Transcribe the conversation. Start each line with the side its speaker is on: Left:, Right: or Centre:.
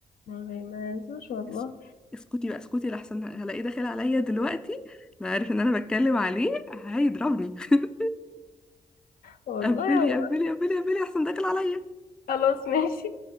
Left: ما بيميزوش والله
Centre: اس- اسكتي بقى اسكتي لحسن هلاقيه داخل عليا دلوقتي لا عارف ان انا بتكلم عليه هيضربني <laughs>
Left: والله
Centre: قفلي قفلي قفلي قفلي احسن داخل عليا
Left: خلاص ماشي